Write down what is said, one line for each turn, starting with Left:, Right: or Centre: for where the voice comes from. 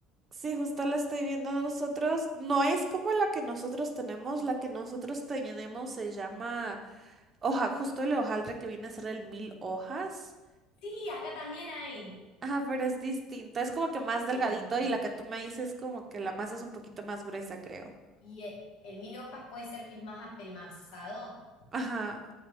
Right: Sí, justo la estoy viendo nosotros. No es como la que nosotros tenemos. La que nosotros tenemos se llama hoja, justo el hojaldre que viene a ser el mil hojas.
Left: Sí, acá también hay.
Right: Ajá, pero es distinto. Es como que más
Left: Sí,
Right: delgadito
Left: sí, sí.
Right: y la que tú me dices es como que la masa es un poquito más gruesa, creo.
Left: Y eh, el, mil hojas puede ser que es más apelmazado,
Right: Ajá,